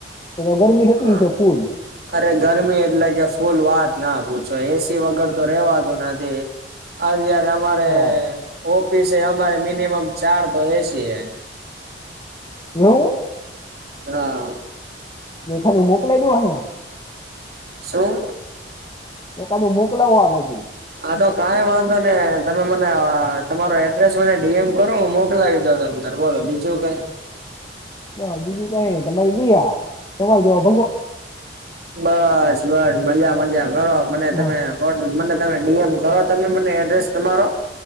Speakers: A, on the left (about 25°); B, on the right (about 60°).
A: તો ગરમી થતી
B: હા
A: હશે ફૂલ
B: અરે ગરમી એટલે કે ફૂલ વાત ના પૂછો એસી વગર તો રેવાતું નથી અતયારે અમારે,
A: હા.
B: ઓફિસ અમારે મિનિમમ ચાર તો એ સી હે.
A: એવું?
B: હા.
A: બેઠાનું મોકલા દઉ અહિયાં.
B: શું?
A: એકાદુ મોકલાવો આ બાજું.
B: હા તો કાંઈ વાંધો નહીં, તમે મને અહ તમારો એડ્રેસ મને ડી એમ કરો હું મોકલાવી દઉં તમ તારે. બોલો બીજું કાંઈ?
A: બહ બીજું કાઈ નહીં, તમારી દયા, તમારી જેવા
B: બસ-બસ-બસ મજા-મજા કરો, મને તમે
A: હા,
B: <unintelligible> મને તમે ડી એમ કરો તમે મને એડ્રેસ તમારો.